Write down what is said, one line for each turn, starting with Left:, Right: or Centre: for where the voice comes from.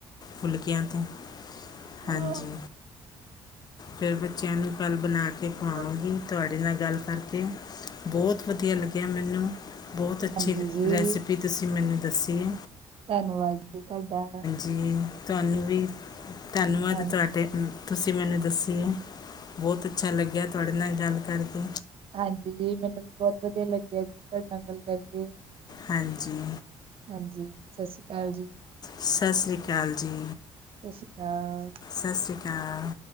Left: ਫੁਲਕਿਆਂ ਤੇ
Right: ਬਿਲਕੁਲ।
Left: ਹਾਂਜੀ। ਫਿਰ ਬੱਚਿਆਂ ਨੂੰ ਕੱਲ ਬਣਾ ਕੇ ਖਵਾਵਾਂਗੀ,
Right: ਹਾਂ
Left: ਤੁਹਾਡੇ ਨਾਲ ਗੱਲ ਕਰ ਬੌਤ ਵਧੀਆ ਲੱਗਿਆ ਮੈਨੂੰ, ਬੌਤ ਅੱਛੀ
Right: ਹਾਂਜੀ ਜੀ
Left: ਰੈਸਪੀ ਤੁਸੀਂ ਮੈਨੂੰ ਦੱਸੀ ਏ।
Right: ਧੰਨਵਾਦ ਜੀ ਤਾਡਾ।
Left: ਜੀ ਤੁਹਾਨੂੰ ਵੀ, ਧੰਨਵਾਦ
Right: ਹਾਂ
Left: ਤੁਹਾਡੇ, ਤੁਸੀਂ ਮੈਨੂੰ ਦੱਸੀ ਏ। ਬੌਤ ਅੱਛਾ ਲੱਗਿਆ, ਤੁਹਾਡੇ ਨਾਲ ਗੱਲ ਕਰਕੇ।
Right: ਹਾਂਜੀ ਜੀ, ਮੈਨੂੰ ਵੀ ਬਹੁਤ ਵਧੀਆ ਲੱਗਿਆ ਜੀ ਤੁਹਾਡੇ ਨਾਲ ਗੱਲ ਕਰਕੇ।
Left: ਹਾਂਜੀ,
Right: ਹਾਂਜੀ ਸਤਿ ਸ਼੍ਰੀ ਅਕਾਲ ਜੀ
Left: ਸਾਸਰੀ ਕਾਲ ਜੀ।
Right: ਸਾਸਰੀ ਕਾਲ।
Left: ਸਾਸਰੀ ਕਾਲ।